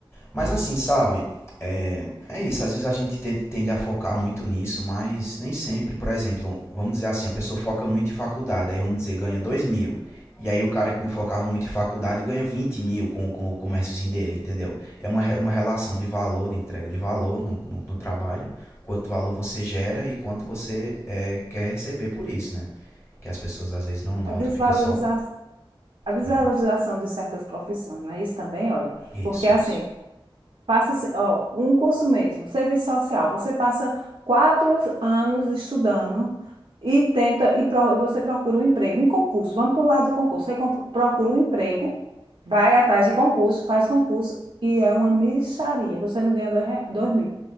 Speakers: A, on the left (about 30°); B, on the right (about 70°).
A: Mas assim, sabe, é é isso, às vezes a gente ten- tende a focar muito nisso, mas nem sempre. Por exemplo, vamos dizer assim, a pessoa foca muito em faculdade, aí vamos dizer, ganha 2 mil. E aí o cara que não focava muito em faculdade ganha 20 mil com, com o comérciozinho dele, entendeu? É uma, re- uma relação de valor, de entrega de valor no, no, no trabalho, quanto valor você gera e quanto você é, quer receber por isso, né? Que as pessoas às vezes não notam,
B: A desvalorização
A: fica só.
B: a desvalorização
A: É,
B: de certas profissões, né? Isso também, olha,
A: isso,
B: porque assim,
A: isso.
B: passa, ó, um curso mesmo, serviço social, você passa quatro anos estudando e tenta, e pro- você procura um emprego, um concurso, vamos para o lado de concurso, você com- procura um emprego, vai atrás de concurso, faz concurso, e é uma mixaria, você não ganha dois, re- dois mil.